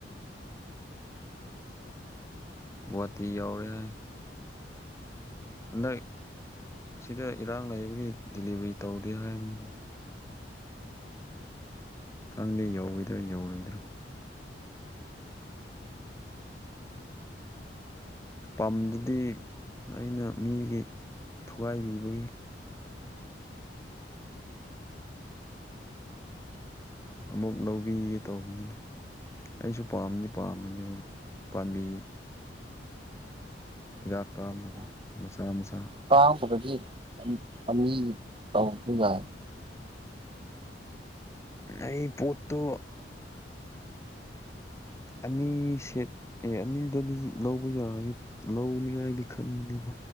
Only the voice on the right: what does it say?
ꯇꯥꯄꯗꯒꯤ ꯑꯅꯤ ꯇꯧꯔꯁꯨ ꯌꯥꯏ